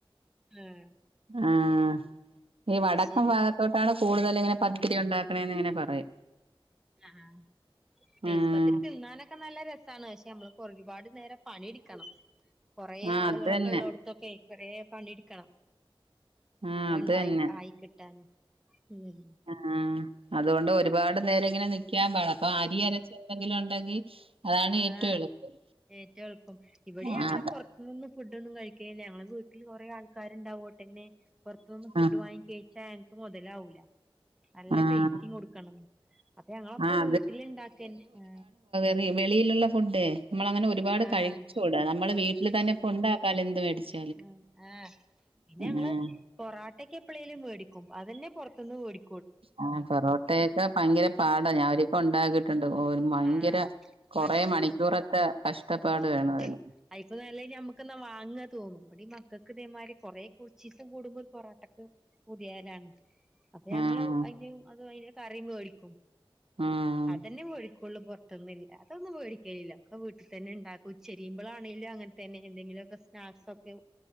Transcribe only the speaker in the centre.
ആഹ്
ശരി
ആഹ് നെയ്സ്പത്തിരി
തിന്നാനൊക്കെ നല്ല രസ സാണ് ക്ഷേ നമ്മളിപ്പോരുപാട് നേരം പണിട്ക്കണം കൊറേ
ആളുകളൊക്കെ
ഉള്ളടു ടുത്തൊക്കെ കൊറേ പണിട്ക്കണം
അത്ണ്ടായി
ആയി കിട്ടാന് ഹ്മ്മ്
ആഹ
ഏറ്റും എളുപ്പം ഇവിടെ
അങ്ങനെ കുർ ത്ത്‌ന്നും ഫുഡോന്നും കഴിക്കില്ല ഞങ്ങളെ വീട്ടില് കുറെ ആൾക്കാരുണ്ടാവോട്ടെന്നെ പുറത്തുന്ന് ഫുഡ്
വാങ്ങി കഴിച്ചാങ്ങക്ക് മുതലാവൂല നല്ല
പൈസിം കൊടുക്കണം അപ്പൊ ഞങ്ങളൊക്കെ
വീട്ടില്ണ്ടാക്കന്നെ ആ
ആഹ്
അ ആ പിന്നെ ഞങ്ങള്
പൊറാട്ടക്കേ എപ്പളേലും വേടിക്കും അതന്നെ പുറത്തന്ന് വേടി
ആഹ്
ആഹ് ഇവിടെ
ആഹ്
ഉം
അയിക്കും നല്ലത് ഞമ്മക്ക്ന്ന വാങ്ങ തോന്നും. ബടിം മക്കക്ക്തേമാരി കുറെ കുർച്ചീസും കൂടുമ്പോ ഒരു പൊറോട്ടക്ക് പൂത്യാവലാണ് അപ്പൊ ഞങ്ങള്
അയിന്റെം അതു അയിന്റെ കറിം വേടിക്കും
അതന്നെ വേടി ഫുള്ള്പുറത്തൊന്നില്ല അതൊന്നുവേടിക്കലില്ല ഒക്ക വീട്ട് തന്നെ ണ്ടാക്കു ച്ചരിമ്പളാണെലു അങ്ങൻ തെന്നെ എന്തെങ്കിലൊക്ക സ്നാക്സൊക്കെ,